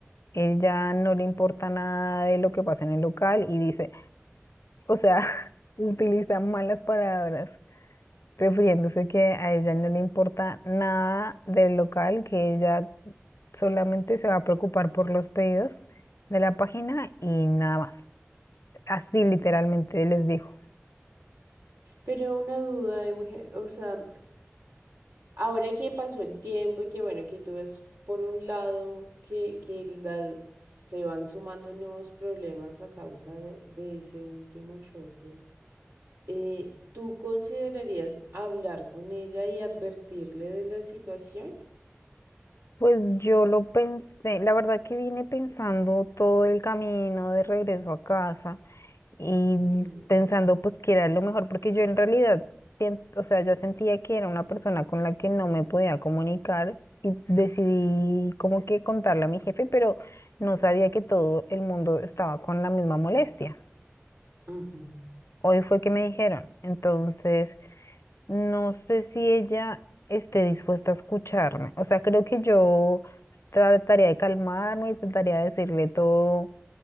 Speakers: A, on the left; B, on the right.
A: Ella no le importa nada de lo que pasa en el local y dice, O sea, <laughs> utiliza malas palabras, refiriéndose que a ella no le importa nada del local, que ella solamente se va a preocupar por los pedidos de la página y nada más. Así literalmente les dijo.
B: Pero una duda, Euge- o sea, ahora que pasó el tiempo y que bueno, que tú ves por un lado que, que la- se van sumando nuevos problemas a causa de, de ese último choque, eh, ¿tú considerarías hablar con ella y advertirle de la situación?
A: Pues yo lo pensé, la verdad que vine pensando todo el camino de regreso a casa y
B: Ujú,
A: pensando pues que era lo mejor, porque yo en realidad, sien- o sea, ya sentía que era una persona con la que no me podía comunicar y decidí como que contarle a mi jefe, pero no sabía que todo el mundo estaba con la misma molestia.
B: ujú.
A: Hoy fue que me dijeron, entonces no sé si ella esté dispuesta a escucharme, o sea, creo que yo trataría de calmarme y trataría de decirle todo